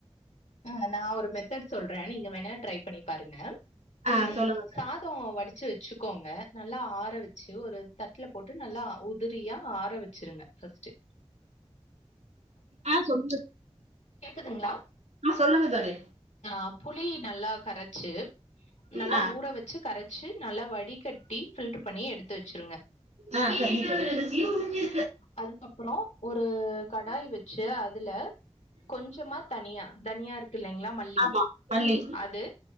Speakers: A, on the left; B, on the right.
A: ஆ நா ஒரு மெத்தட் சொல்றேன் நீங்க வேணா ட்ரை பண்ணி பாருங்க
B: ஆ
A: உம்
B: சொல்லுங்க
A: சாத் தோ வடிச்சு வச்சுக்கோங்க நல்லா ஆற வச்சு ஒரு தட்டில போட்டு நல்லா உதிரியாக ஆற வச்சுருங்க ஃபர்ஸ்ட்டு
B: ஆ சொல்லுங்க
A: கேக்குதுங்களா
B: ஆ சொல்லுங்க தோழி
A: ஆ புளி நல்லா கரைச்சு நல்லா
B: ஆ
A: ஊற வச்சு கரைச் ச்சு நல்லா வடிகட்டி ஃபில்ட்ரு பண்ணி எடுத்து வச்சிருங்க
B: ஆ சரிங்த்தோழி
A: அதுக்கப்புறம் ஒரு கடாய் வச்சு அதுல கொஞ்சமா தனியா தனியா இருக்கு இல்லலைங்ளா மல்லி
B: ஆமா மல்லி
A: அது